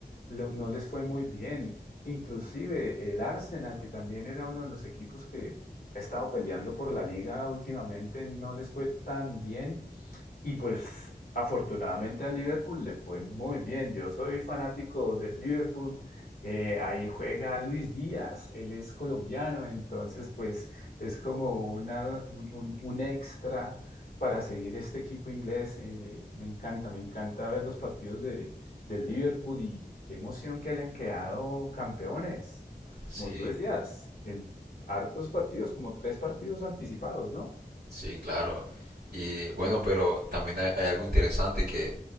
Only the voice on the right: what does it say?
Sí,
sí, claro. Y bueno, pero también hay, hay algo interesante que